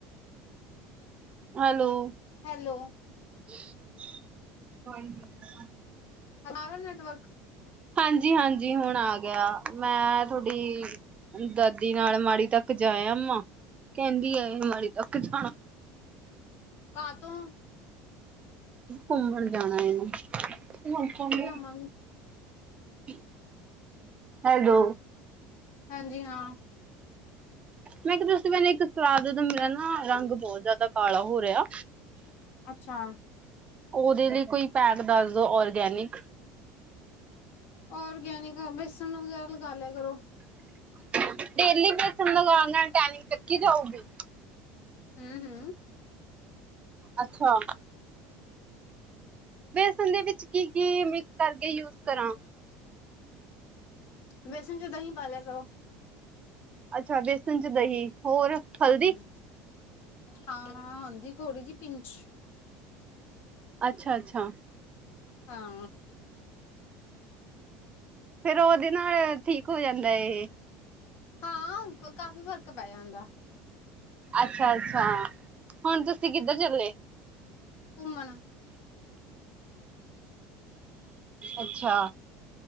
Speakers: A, on the right (about 25°); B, on the left (about 55°).
A: ਹੈਲੋ
B: ਹੈਲੋ
A: <unintelligible>
B: ਹੁਣ ਆ ਰਿਹਾ ਹੈ ਨੈਟਵਰਕ
A: ਹਾਂਜੀ ਹਾਂਜੀ ਹੁਣ ਆ ਗਿਆ ਮੈਂ ਤੁਹਾਡੀ ਦਾਦੀ ਨਾਲ ਮਾੜੀ ਤੱਕ ਜਾਆ ਮਾ ਕਹਿੰਦੀ ਆ ਮਾੜੀ ਤੱਕ ਜਾਣਾ
B: ਕਾਹ ਤੋਂ
A: ਘੁੰਮਣ ਜਾਣਾ ਇਹਨੂੰ ਹੁਣ
B: ਲਿਆਵਾਂਗੇ
A: ਠੀਕ ਹੈਲੋ
B: ਹਾਂਜੀ ਹਾਂ
A: ਮੈਂ ਕਿਹਾ ਦਸੀਂ ਮੈਨੂੰ ਇੱਕ ਸਲਾਹ ਦਤਾ ਮੇਰਾ ਨਾ ਰੰਗ ਬਹੁਤ ਜ਼ਿਆਦਾ ਕਾਲਾ ਹੋ ਰਿਹਾ
B: ਅੱਛਾ
A: ਉਹਦੇ ਲਈ ਕੋਈ ਪੈਕ ਦੱਸਦੋ ਔਰਗੈਨਿਕ
B: ਔਰਗੈਨਿਕ ਬੇਸਣ ਵਗੈਰਾ ਲਗਾ ਲਿਆ ਕਰੋ
A: ਡੇਲੀ ਬਸ ਟੈਿੰਗ ਚੱਕੀ ਜਾਊਗੀ
B: ਹਮ ਹਮ।
A: ਅੱਛਾ। ਬੇਸਣ ਦੇ ਵਿੱਚ ਕੀ ਕੀ ਮਿਕਸ ਕਰਕੇ ਯੂਜ ਕਰਾਂ।
B: ਬੇਸਨ ਚ ਦਹੀਂ ਪਾ ਲਿਆ ਕਰੋ।
A: ਅੱਛਾ ਬੇਸਨ ਚ ਦਹੀਂ। ਹੋਰ। ਹਲਦੀ।
B: ਹਮ ਹਾਂ ਹਾਂ ਹੁੰਦੀ ਥੋੜੀ ਜਿਹੀ ਪਿੰਚ।
A: ਅੱਛਾ ਅੱਛਾ।
B: ਹਾਂ।
A: ਫਿਰ ਉਹਦੇ ਨਾਲ ਠੀਕ ਹੋ ਜਾਂਦਾ ਇਹ।
B: ਹਾਂ ਕਾਫ਼ੀ ਫ਼ਰਕ ਪੈ ਜਾਦਾਂ।
A: ਅੱਛਾ ਅੱਛਾ ਹੁਣ ਤੁਸੀਂ ਕਿੱਧਰ ਚੱਲੇ
B: ਘੁੰਮਣਾ
A: ਅੱਛਾ